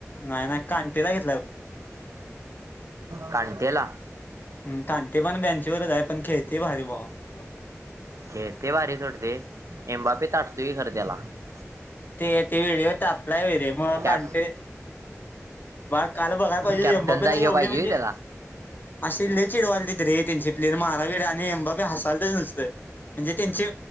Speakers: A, on the left (about 40°); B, on the right (about 75°).
A: नाही नाही, कांटेला घेतलाय बघ!
B: कांटेला!
A: हं, कांटे पण बँचीवरच आहे. पण खेळते भारी भावा.
B: खेळतंय भारी सोड ते <unintelligible>
A: <unintelligible>
B: कॅप
A: बा काल बघायला पाहिजे.
B: कॅप्टनचा
A: एम बा पी ला
B: ह्यो
A: एवढी
B: पाहिजे
A: म्हणजे
B: व्हय त्याला
A: अशी लय चिडवालेत रे, त्यांचे प्लेर मारावी. आणि एम बा पी हसालतेच नुसतं. म्हणजे त्यांची,